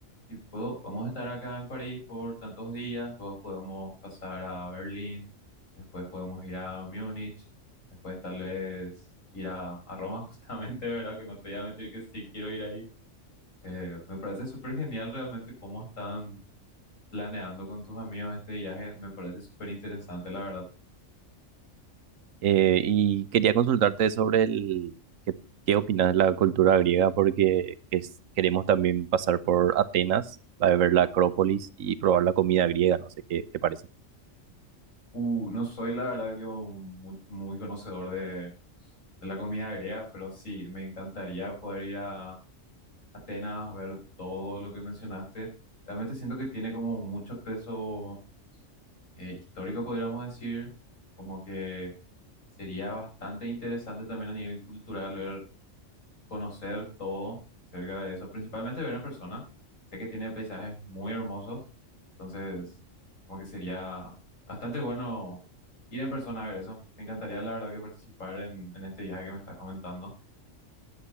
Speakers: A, on the left; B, on the right.
A: y puedo, podemos estar acá en París por tantos días, luego podemos pasar a Berlín, después podemos ir a Múnich, después tal vez ir a, a Roma <laughs> justamente, ¿verdad?, que no te voy a mentir que sí quiero ir ahí. Eh, me parece súper genial realmente cómo están planeando con tus amigos este viaje. Me parece súper interesante, la verdad.
B: Eh, y quería consultarte sobre el... qué qué opinas de la cultura griega, porque es- queremos también pasar por Atenas, para ver la Acrópolis y probar la comida griega, no sé qué te parece.
A: Uh, no soy, la verdad, que un muy, muy conocedor de, de la comida griega, pero sí, me encantaría poder ir a Atenas, ver todo lo que mencionaste. Realmente siento que tiene como mucho peso eh, histórico, podríamos decir, como que sería bastante interesante también a nivel cultural ver conocer todo acerca de eso, principalmente ver en persona. Sé que tiene paisajes muy hermosos, entonces como que sería bastante bueno ir en persona a ver eso. Me encantaría, la verdad, que participar en, en este viaje que me estás comentando.